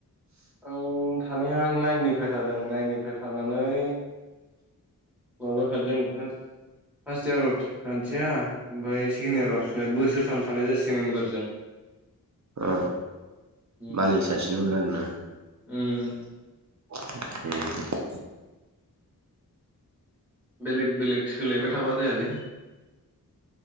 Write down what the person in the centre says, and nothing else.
आं थानाया नाइननिफ्राय थादों नाइननिफ्राय थानानै माबा थादों फासत फार्स्ट इयाराव थथिया ओमफ्राय सेकेण्ड इयाराव बोसोरथाम थानाय जासिगोन आं एबारजों
उम
उम
बेलेग बेलेग सोलायबाय थाबा जायालै